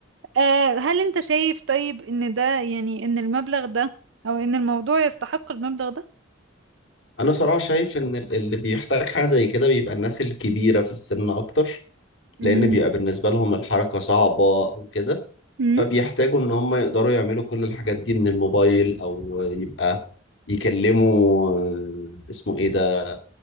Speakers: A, on the right; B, on the left.
A: آه، هل انت شايف طيب ان ده يعني ان المبلغ ده او ان الموضوع يستحق المبلغ ده
B: أنا صراحة شايف إن ال- اللي بيحتاج حاجة زي كده بيبقى الناس الكبيرة في السن أكتر
A: امم
B: لأن بيبقى بالنسبة لهم الحركة صعبة أو كده
A: امم
B: فبيحتاجوا إن هم يقدروا يعملوا كل الحاجات دي من الموبايل أو يبقى يكلموا آه، اسمه إيه ده